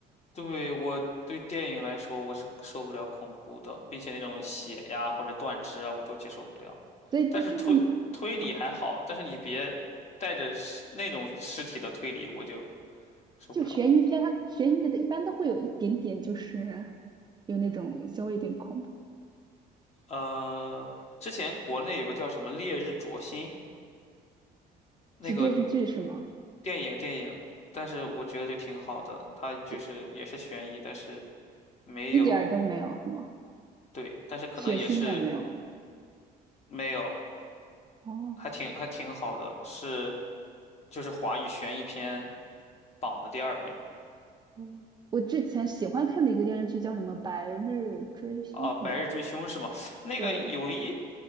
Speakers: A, on the left (about 40°); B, on the right (about 25°).
A: 对，我对电影来说，我是受不了恐怖的，并且那种血呀或者断肢啊，我都接受不了。
B: 所以这就是你哦，
A: 但是推推理还好，但是你别带着尸那种尸体的推理，我就受不了了。
B: 就悬疑片，它悬疑的一般都会有一点点就是有那种稍微有点恐怖。
A: 呃，之前国内有个叫什么《烈日灼心》那个
B: 是电视剧是吗？
A: 电影电影，但是我觉得就挺好的，它就是也是悬疑，
B: 就
A: 但是没有，
B: 一点儿都没有是吗？
A: 对，但是可能也是
B: 血腥也没有。
A: 没有，
B: 哦，
A: 还挺还挺好的，是。就是华语悬疑片榜的第二名
B: 嗯，我之前喜欢看的一个电视剧叫什么《白日追凶》是吗？
A: 啊，白日追凶》是吗？那个有一，
B: 对，